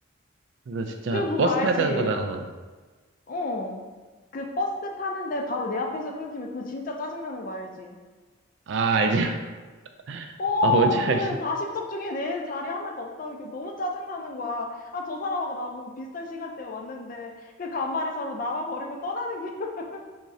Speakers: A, on the right; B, on the left.
A: 그래서 진짜
B: 그리고 그거
A: 버스
B: 알지?
A: 타야 되는 거나
B: 어. 그 버스 타는데 바로 내 앞에서 끊기면 그거 진짜 짜증나는 거 알지?
A: 아 알지 <laughs>
B: 어,
A: 아 뭔지 알지
B: 그 40석 중에 내 자리 하나가 없다는 게 너무 짜증나는 거야. 아, 저 사람하고 나하고 비슷한 시간대에 왔는데, 그 간발의 차로 나만 버리고 떠나는 게. <laughs>